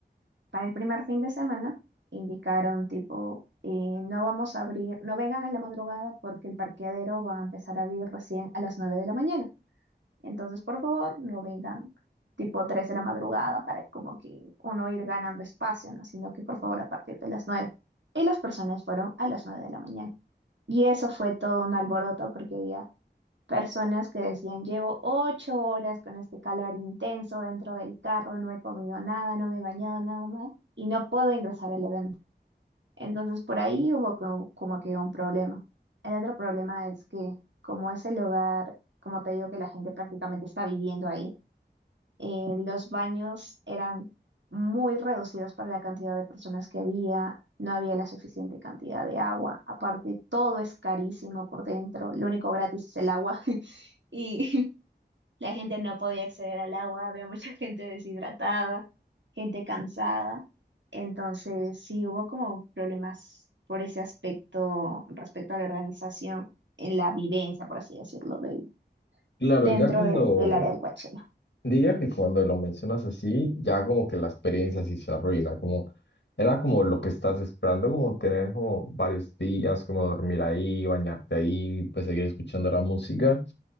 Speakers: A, on the right; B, on the left.
A: para el primer fin de semana indicaron tipo, eh, no vamos a abrir, no vengan en la madrugada porque el parqueadero va a empezar a abrir recién a las 9 de la mañana. Entonces, por favor, no vengan tipo 3 de la madrugada para como que uno ir ganando espacio, ¿no? Sino que por favor a partir de las nueve Y las personas fueron a las 9 de la mañana. Y eso fue todo un alboroto porque había personas que decían, llevo 8 horas con este calor intenso dentro del carro, no he comido nada, no me he bañado nada más y no puedo ingresar al evento. Entonces por ahí hubo como, como que un problema. El otro problema es que como es el hogar, como te digo que la gente prácticamente está viviendo ahí, eh, los baños eran muy reducidos para la cantidad de personas que había, no había la suficiente cantidad de agua. Aparte, todo es carísimo por dentro, lo único gratis es el agua <laughs> y <laughs> la gente no podía acceder al agua, había mucha <laughs> gente deshidratada, gente cansada. Entonces, sí hubo como problemas por ese aspecto respecto a la organización en la vivencia, por así decirlo, del-
B: Claro,
A: dentro
B: ya cuando,
A: de- del área del Coachella.
B: diría que cuando lo mencionas así, ya como que la experiencia sí se arruina, como era como lo que estás esperando, como tener como varios días, como dormir ahí, bañarte ahí, pues seguir escuchando la música.